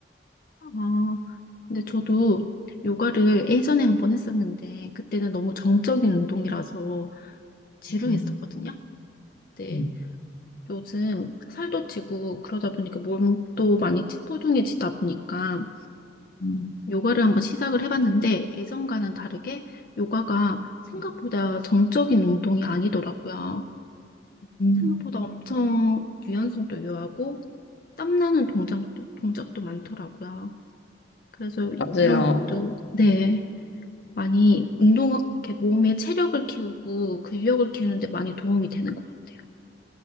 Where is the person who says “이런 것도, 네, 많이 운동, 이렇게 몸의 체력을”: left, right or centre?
Left